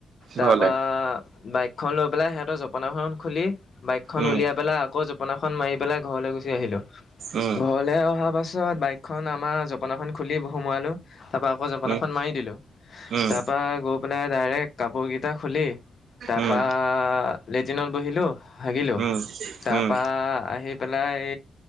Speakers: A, on the left; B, on the right.
A: তাৰ
B: ঘৰলে
A: পৰা বাইকখন লৈ পেলাই সিহঁতৰ জপনাখন খুলি বাইকখন
B: উম,
A: উলিয়াই পেলাই আকৌ জপনাখন মাৰি পেলাই ঘৰলৈ গুচি আহিলো
B: উম,
A: ঘৰলৈ অহা পাছত বাইকখন আমাৰ জপনাখন খুলি সোমোৱালো, তাৰ পৰা আকৌ জপনাখন
B: উম,
A: মাৰি দিলো।
B: উম, উম, উম,
A: তাৰ পৰা গৈ পাই ডাইৰেক্ট কাপোৰ কেইটা খুলি তাৰপা
B: উম,
A: লেট্ৰিনত বহিলো। হাগিলোঁ
B: উম, উম,
A: তাৰপৰা
B: উম,
A: আহি পেলাই এই